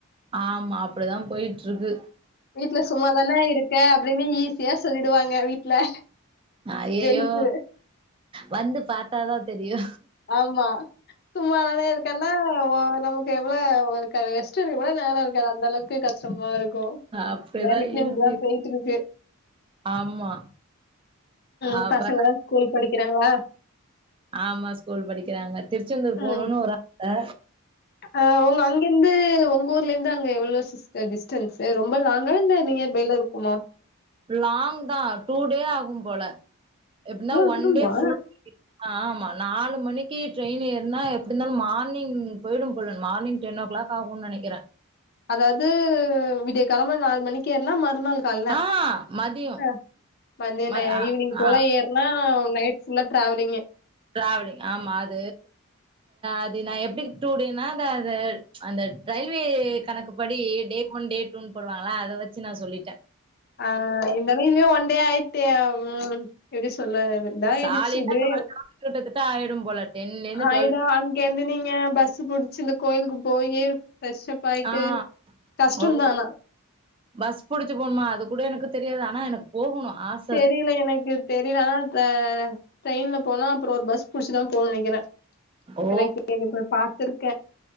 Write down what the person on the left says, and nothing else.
வீட்ல சும்மாதான இருக்க அப்டின்னு ஈஸியா சொல்லிடுவாங்க வீட்ல
ஜென்ஸு
ஆமா சும்மா தானே இருக்கேன்னா நமக்கு எவ்ளோ காய்ல ரெஸ்ட்டு எடுக்க கூட நேரோ இருக்காது அந்த அளவுக்கு கஷ்டமா இருக் கோ
வேற எப்டியா
இப்டிதா போயிட்ருக்கு
ம்
பசங்கள்லா ஸ்கூல் படிக்கிறாங்ளா
ம்
ஆ உங்க அங்கந்து உங்க ஊர்ல இருந்து அங்க எவ்ளோ சிஸ்டர் டிஸ் ஸ்டன்சு ரொம்ப லாங்கா இல்ல நியர் பைல இருக்குமா
இவ்ளோ
தூரமா
அதாவ்து விடிய கெழம நால் மணிக்கு ஏற்னா மறுநாள் கால்ல
அ மத்யானோ
ஈவ்னிங் போல
ஏற்னா நைட் ஃபுல்லா ட்ராவ்லிங்லே
ஆ இந்த மீன்லே ஒன் டே ஆயிட்டு ம் எப்டி சொல்ல வர்து இதாயிடுச்சி
டே
ஆயிடோ
அங்க இருந்துன்னு நீங்க பஸ்ஸு புடிச்சுன்னு கோயிலுக்கு போவீங்க ப்ரெஷ்ஷப் ஆயிட்டு
கஷ்டம்
தா ஆனா
தெரியில எனக்கு தெரியில ஆனா ட்ரெயின்ல போலா அப்புறம் பஸ் புடிச்சுதா போணும் இல்ல
<inaudible> கோயில் போய் பாத்துருக்க